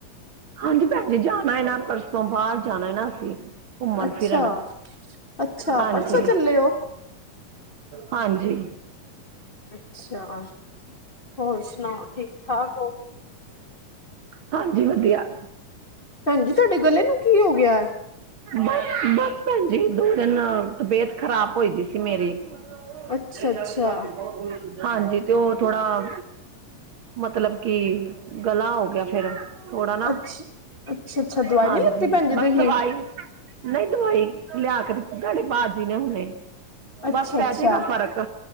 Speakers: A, on the right; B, on the left.
A: ਹਾਂਜੀ ਭੈਣ ਜ ਜਾਣਾ ਹੈ ਨਾ ਪਰਸੋਂ। ਬਾਹਰ ਜਾਣਾ ਹੈ ਨਾ ਅਸੀਂ। ਘੁੰਮਣ
B: ਅੱਛਾ
A: ਫਿਰਨ
B: ਅੱਛਾ
A: ਹਾਂਜੀ।
B: ਪਰਸੋਂ ਚੱਲੇ ਹੋ
A: ਹਾਂਜੀ।
B: ਅੱਛਾ। ਹੋਰ ਸੁਣਾ ਠੀਕ ਠਾਕ ਹੋ?
A: ਹਾਂਜੀ ਵਧੀਆ।
B: ਭੈਣ ਜੀ, ਤੁਹਾਡੇ ਗਲੇ ਨੂੰ ਕੀ ਹੋ ਗਿਆ?
A: ਬਸ- ਬਸ ਭੈਣ ਜੀ, ਦੋ ਦਿਨ ਤਬੀਅਤ ਖ਼ਰਾਬ ਹੋਈ ਦੀ ਸੀ ਮੇਰੀ। ਨਹੀਂ
B: ਅੱਛਾ ਅੱਛਾ
A: ਯਾਰ ਸ਼ਾਮ ਨੂੰ ਬਹੁਤ। ਹਾਂਜੀ ਤੇ ਉਹ ਥੋੜਾ, ਮਤਲਬ ਕਿ ਗਲਾ ਹੋ ਗਿਆ ਫੇਰ। ਥੋੜ੍ਹਾ ਨਾ।
B: ਅੱਛ ਅੱਛਾ ਅੱਛਾ ਦਵਾਈ
A: ਹਾਂਜੀ
B: ਨੀ ਲਿੱਤੀ ਭੈਣ ਜੀ
A: ਬਸ
B: ਤੁਸੀਂ
A: ਦਵਾਈ ਨਹੀਂ ਦਵਾਈ ਲਿਆ ਕੇ ਦਿੱਤੀ। ਤੁਹਾਡੇ ਭਾਜੀ ਨੇ ਹੁਣੇ।
B: ਅੱਛਾ
A: ਬਸ ਪੈ
B: ਅੱਛਾ
A: ਜੇਗਾ ਫ਼ਰਕ